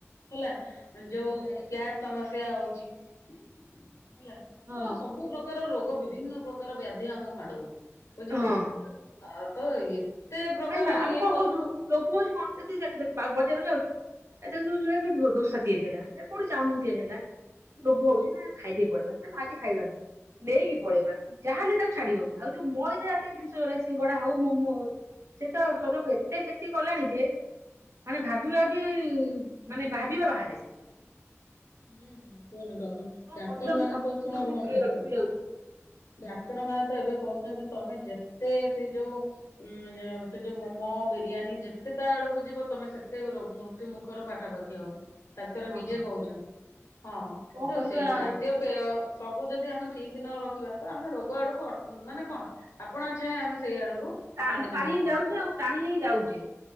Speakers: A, on the left; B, on the right.
A: ହେଲା ଯୋଉ ଗ୍ୟାସ ସମସ୍ୟା ହଉଛି। ହେଲା
B: ହଁ।
A: ତ ସବୁ ପ୍ରକାର ରୋଗ ବିଭିନ୍ନ ପ୍ରକାର ବ୍ୟାଧି ଆମକୁ ମାଡ ହଉଛି। ବୁଝୁଛନ୍ତି
B: ହଁ
A: ତ ଏତେ ପ୍ରକାର
B: ନାଇଁ ନା ଆମେ
A: ଇଏ
B: କଣ
A: କଲ
B: କହୁଛୁ ଲୋଭ ହଉଛି କଣ ଯଦି ଯ ବଜାରକୁ ଯାଉଛୁ ଏ ଦେଖ ଯଉଠୁ ଦୋ ଦୋସା ତିଆରି ହେଲା ଏ କୋଉଠି ଚାଉମିନ ତିଆରି ହେଲା ଲୋଭ ହଉଛି ନା ଖାଇଦେଇ ପଡିବା ନା ଆଜି ଖାଇବାନି। ନେଇକି ପଳେଇବା ଯାହାଲେ ତାକୁ ଛାଡି ହଉନି ଆଉ ଯୋଉ ମଇଦା ଜାତୀୟ ଜିନିଷ ଉରା ସିଙ୍ଗଡା ହଉ ମୋମୋ ହଉ ସେ ତ ସର ଏତେ କ୍ଷତି କଲାଣି ଯେ ମାନେ ଭାବି ଭାବି ମାନେ ଭାବିବା ବାହାରେସିଏ।
A: ହୁଁ ହୁଁ କୁହନି ଡାକ୍ତର
B: କରିବା
A: ମାନେ
B: ମୁଁ ଭାବୁଛି
A: ତ ଶୁଣ
B: ନିଜକୁ ଟିକେ
A: ଭଉଣୀ
B: ଦୂରେଇ
A: ଦେଖ
B: ରଖିବି
A: ଏ ଟା।
B: ଆଉ।
A: ଡାକ୍ତର ମାନେ ତ ଏବେ କହୁଛନ୍ତି ତମେ ଯେତେ ସେଇ ଯୋଉ ଉଁ ସେ ଯୋଉ ମୋମୋ ବିରିୟାନୀ ଯେତେ ତା ଆଡକୁ ଯିବ ତମେ ସେତେ ରୋ ମୃତ୍ୟୁ ମୁଖର ପାଖାପାଖି ହବ। ଡାକ୍ତର
B: ହଁ
A: ନିଜେ
B: ହଁ।
A: କହୁଚନ୍ତି ହଁ
B: ଆଉ କଣ
A: ତ
B: କରିବା
A: ସେ
B: ଆଉ
A: ଖାଦ୍ୟ ପେୟ ସବୁ ଯଦି ଆମେ ଠିକ ନ ରଖିବା ତ ଆମେ ରୋଗ ଆଡକୁ ଅ ମାନେ କଣ ଆପଣା ଛାଏଁ ଆମେ ସେଇ ଆଡକୁ
B: ତା ଆମେ
A: ମାଡି
B: ତ
A: ମାଡି
B: ଟାଣି
A: ଯିବା
B: ହେଇ ଯାଉଚେ ଆଉ ଟାଣି ହେଇ ଯାଉଚେ।